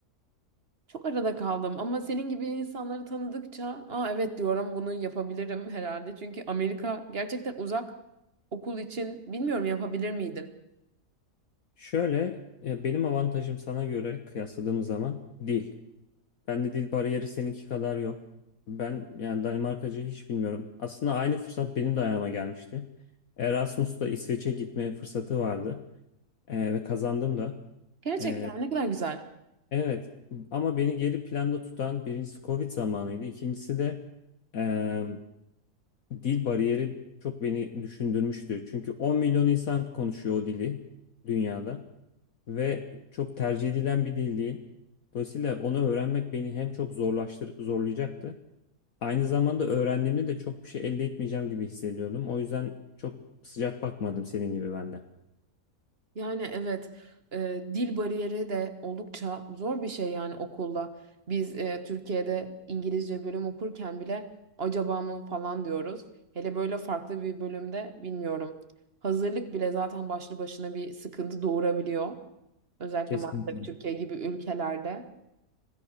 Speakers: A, on the right; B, on the left.
A: Çok arada kaldım ama senin gibi insanları tanıdıkça aa evet diyorum bunu yapabilirim <laughs> herhalde. Çünkü Amerika gerçekten uzak okul için bilmiyorum yapabilir miydim?
B: Şöyle e, benim avantajım sana göre kıyasladığım zaman dil. Bende dil bariyeri seninki kadar yok. Ben yani Danimarkacı hiç bilmiyorum. Aslında aynı fırsat benim de ayağıma gelmişti. Erasmus'ta İsveç'e gitme fırsatı vardı E, ve kazandım da.
A: Gerçekten
B: E,
A: ne kadar güzel.
B: evet ama beni geri planda tutan birincisi Covid zamanıydı. İkincisi de e, dil bariyeri çok beni düşündürmüştü. Çünkü 10 milyon insan konuşuyor o dili dünyada. ve çok tercih edilen bir dil değil. Dolayısıyla onu öğrenmek beni hem çok zorlaştır zorlayacaktı. Aynı zamanda öğrendiğimde de çok bir şey elde etmeyeceğim gibi hissediyordum. O yüzden çok sıcak bakmadım senin gibi ben de.
A: Yani evet e, dil bariyeri de oldukça zor bir şey yani okulda. Biz e, Türkiye'de İngilizce bölüm okurken bile acaba mı falan diyoruz. Hele böyle farklı bir bölümde bilmiyorum. Hazırlık bile zaten başlı başına bir sıkıntı doğurabiliyor. Özellikle
B: Kesinlikle.
A: maalesef Türkiye gibi ülkelerde.